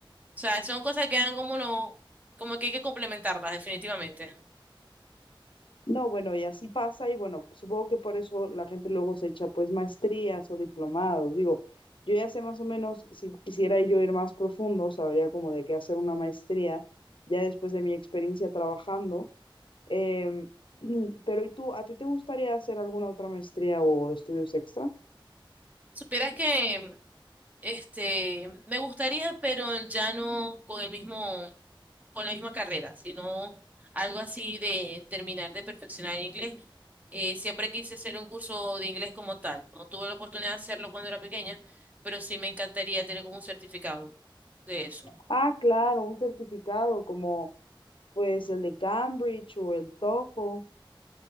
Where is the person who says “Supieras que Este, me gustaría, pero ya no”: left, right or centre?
Right